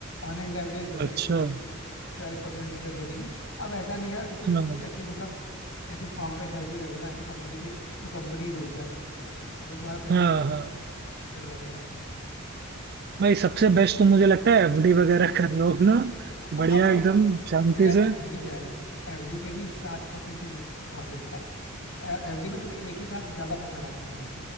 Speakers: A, on the left; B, on the right.
A: ऑन एंड एवरेज एसआईपी
B: अच्छा
A: तुम्हें ट्वेल्व परसेंट रिटर्न दे देगी अब ऐसा नहीं यार कि तुम
B: हाँ
A: किसी ऐसे मतलब ऐसे फॉर्म पे एसआईपी कर देना ऐसी कंपनी पे जो कंपनी डूब जाए अब तो तुम्हारा पैसे
B: हाँ
A: रिस्क
B: हाँ
A: बट वैसे बात कर रहे हैं
B: भाई सबसे बेस्ट तो मुझे लगता है एफडी वगैरह कर लो अपना
A: हाँ
B: बढ़िया
A: मतलब
B: एकदम शांति
A: नहीं यार
B: से
A: एफडी क्या है ना एफडी पे भी सात परसेंट प्रॉफिट होता है उस एफडी में तुम्हें एक ही साथ ज्यादा पैसा डालना पड़ेगा